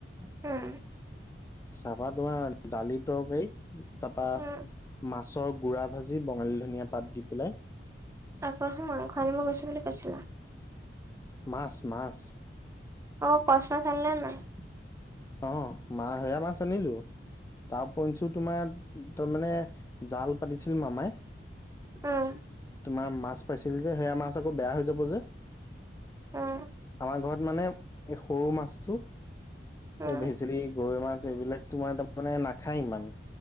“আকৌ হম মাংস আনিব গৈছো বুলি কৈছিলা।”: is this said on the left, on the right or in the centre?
Right